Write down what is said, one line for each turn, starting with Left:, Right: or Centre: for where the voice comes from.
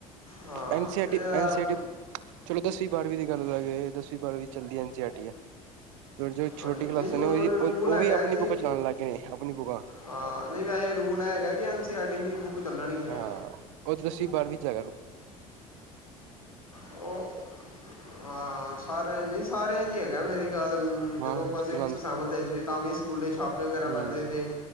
Left: ਹਾਂ
Right: ਐਨ ਸੀ ਆਰ
Left: ਤੇ
Right: ਟੀ
Left: ਇਹ
Right: ਐਨ ਸੀ ਆਰ ਟੀ ਚਲੋ ਦਸਵੀਂ ਬਾਰਵੀਂ ਦੀ ਗੱਲ ਲੀਏ ਦਸਵੀ ਬਾਰਵੀ ਚ ਚੱਲਦੀ ਐਨ ਸੀ ਆਰ ਟੀ ਆ। ਜੋ ਛੋਟੀ
Left: ਹਾਂ, ਨਹੀਂ
Right: ਕਲਾਸਾਂ
Left: ਹੁਣ
Right: ਨੇ
Left: ਰੂਲ
Right: ਉਹ ਉਹ
Left: ਹੈਗਾ
Right: ਵੀ ਆਪਣੀ
Left: ਕਿ
Right: ਬੁੱਕ ਛਪਾਣ ਲੱਗ ਪਏ ਆਪਣੀ ਬੁੱਕਾਂ
Left: ਹਾਂ ਨਹੀਂ ਵੈਸੇ ਰੂਲ ਹੈਗਾ ਕਿ N C R T book ਚੱਲਣਗੀਆਂ।
Right: ਹਾਂ ਉਹ ਦੱਸਵੀ ਬਾਰਵੀਂ ਚ <unintelligible>
Left: ਉਹ ਹਾਂ ਸਾਰਿਆਂ ਨਹੀਂ ਸਾਰਿਆਂ ਚ ਹੀ ਹੈਗਾ ਮੇਰੀ ਖਿਆਲ
Right: ਹਾਂ
Left: ਜਦੋ ਆਪਾ ਸੀਕਸ
Right: ਚਲਾਂਦੇ
Left: ਸੈਵਨ ਇਚ ਸੀ ਤਾਂ ਵੀ ਸਕੂਲੇ ਛਾਪੇ ਵਗੈਰਾ
Right: ਹੂੰ
Left: ਪੈਦੇ ਸੀਗੇ।